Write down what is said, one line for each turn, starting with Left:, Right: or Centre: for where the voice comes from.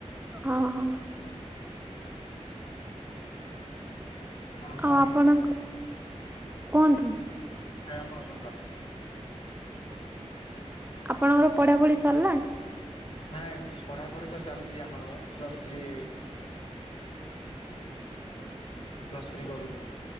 Right: ଅ ହଁ।
Left: କଣ କଣ
Right: ଆଉ ଆପଣଙ୍କ କୁହନ୍ତୁ?
Left: ନାଇଁ ଆପଣ କୁହନ୍ତୁ ଆଗ ତାଲେ
Right: ଆପଣଙ୍କର ପଢା ପଢି ସରିଲାଣି?
Left: ନାଇଁ ପଢ଼ାପଢି ତ ଚାଲିଛି ଆମର ପ୍ଲସ୍ ଥ୍ରୀ ପ୍ଲସ୍‌ ଥ୍ରୀ କରୁଛି।